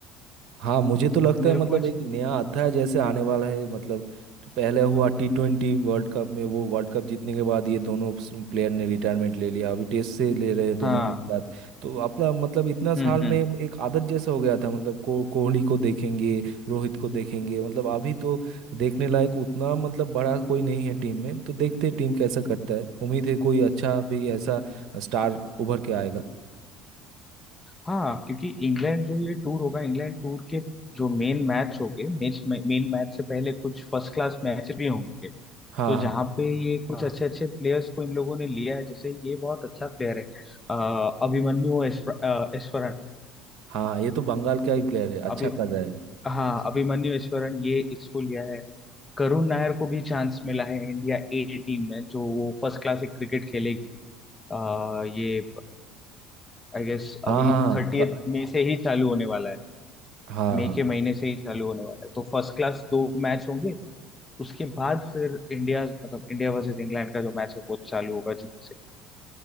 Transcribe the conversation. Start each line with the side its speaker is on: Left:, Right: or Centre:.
Right: हाँ मुझे तो लगता
Left: मेरे
Right: है मतलब
Left: को ऐसा
Right: एक नया अध्याय जैसे आने वाला है मतलब पहले हुआ टी ट्वेंटी वर्ल्ड कप में वो वर्ल्ड कप जीतने के बाद ये दोनों प्लेयर ने रिटायरमेंट ले लिया अभी टेस्ट से ले रहे हैं दोनों
Left: हाँ
Right: एक साथ तो अपना मतलब इतना साल
Left: हम्म हम्म
Right: में एक आदत जैसा हो गया था मतलब को कोहली को देखेंगे रोहित को देखेंगे मतलब अभी तो देखने लायक उतना मतलब बड़ा कोई नहीं है टीम में तो देखते हैं टीम कैसा करता है उम्मीद है कोई अच्छा भी ऐसा स्टार उभर के आएगा
Left: हाँ क्योंकि इंग्लैंड जो ये टूर होगा इंग्लैंड टूर के जो मेन मैच होंगे मैच मेन मैच से पहले कुछ फर्स्ट क्लास मैच भी होंगे
Right: हाँ
Left: तो
Right: हाँ
Left: जहाँ पे ये कुछ हाँ अच्छे अच्छे प्लेयर्स को इन लोगों ने लिया है जैसे ये बहुत अच्छा प्लेयर है अ, अभिमन्यु ऐश्वर- अ, ऐश्वरन
Right: हाँ ये तो बंगाल का ही प्लेयर है अच्छा
Left: अभी
Right: कर रहा है
Left: हाँ अभिमन्यु ऐश्वरन ये इसको लिया है करुण नायर को भी चांस मिला है इंडिया ए टीम में जो वो फर्स्ट क्लास एक क्रिकेट खेलेगी आ, ये आई गेस
Right: हाँ
Left: अभी
Right: हाँ हाँ,
Left: थर्टीएथ
Right: क-
Left: में से ही चालू होने वाला है
Right: हाँ
Left: मई
Right: हाँ,
Left: के महीने से ही चालू होने वाला है तो फर्स्ट क्लास दो मैच होंगे उसके बाद फिर इंडिया मतलब इंडिया वर्सेस इंग्लैंड का जो मैच है वो चालू होगा जून से